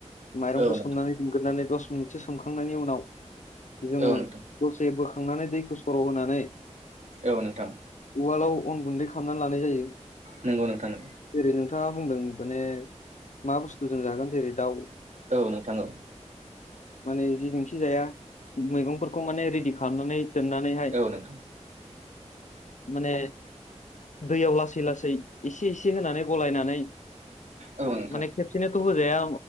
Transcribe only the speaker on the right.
औ नोंथां
औ नोंथां
औ नोंथां
नोंगौ नोंथां नोंखौ।
औ नोंथां औ
औ नोंथां
औ नोंथां